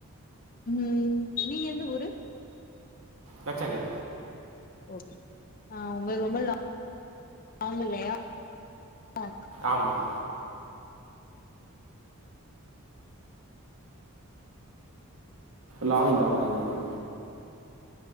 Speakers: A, on the left; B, on the right.
A: ம் நீங்க எந்த ஊரு
B: நா சென்னை
A: ஓகே ஆ உங்களுக்கு ரொம்ப லாங் இல்லையா அ
B: ஆமா லாங் தா ஆனா எங்கள்க்கு